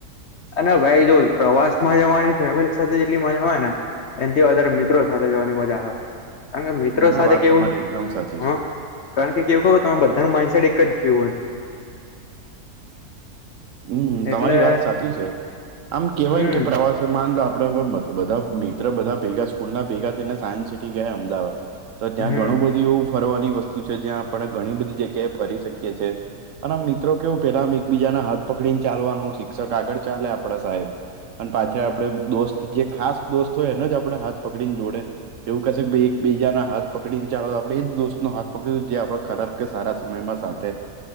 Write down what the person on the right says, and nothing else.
ના ના
વાત
તમારી એકદમ સાચી છે
હમ, તમારી
વાત સાચી છે. આમ કેવાય
કે પ્રવાસ માન લો આપડે બધા મિત્ર બધા ભેગા સ્કૂલ ના ભેગા થઈને સાયન્સ સિટી ગયા અમદાવાદ. તો ત્યાં
ઘણું બધું એવું ફરવાની વસ્તુ છે. જ્યાં આપણે ઘણી બધી જગ્યાએ ફરી શકીએ. છે. અને આમ મિત્રો કેવું પેલા આમ એકબીજાના હાથ પકડી ને ચાલવાનું. શિક્ષક આગળ ચાલે આપડા સાહેબ. અને પાછળ આપડે દોસ્ત જે ખાસ દોસ્ત હોય એને જ આપડે હાથ પકડી ને જોડે. એવું કહેશે ભઇ એક બીજાના હાથ પકડી ન ચાલો તો આપડે એ જ દોસ્ત નો હાથ પકડીયુ કે જે આપડા ખરાબ કે સારા સમયમાં સાથ. તે.